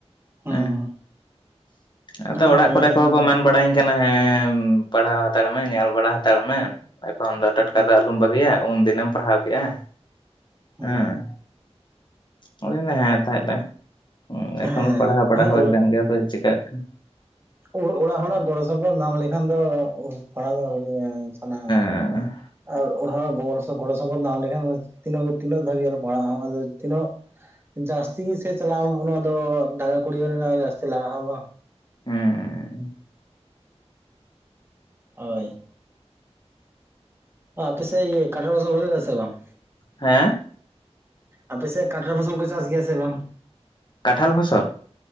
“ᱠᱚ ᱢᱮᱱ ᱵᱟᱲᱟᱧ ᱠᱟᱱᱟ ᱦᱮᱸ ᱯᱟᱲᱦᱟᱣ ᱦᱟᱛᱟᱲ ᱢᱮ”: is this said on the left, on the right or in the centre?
Left